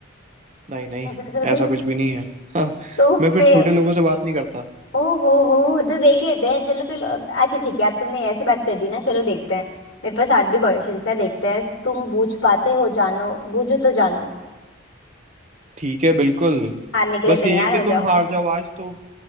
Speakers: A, on the right; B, on the left.
A: नहीं नहीं
B: <laughs>
A: ऐसा कुछ भी नहीं है <laughs> हाँ,
B: तो
A: मैं फिर
B: फिर
A: छोटे लोगों से बात नहीं करता
B: ओ हो हो तो देख लेते हैं चलो चलो अब- अच्छा ठीक है अब तुमने ऐसी बात कर दी ना चलो देखते हैं मेरे पास आज भी क्वेश्चन है देखते हैं तुम बूझ पाते हो जानो बूझो तो जानो
A: ठीक है बिल्कुल
B: हारने के लिए
A: बस
B: तैयार
A: ये है कि
B: हो
A: तुम
B: जाओ
A: हार जाओ आज तो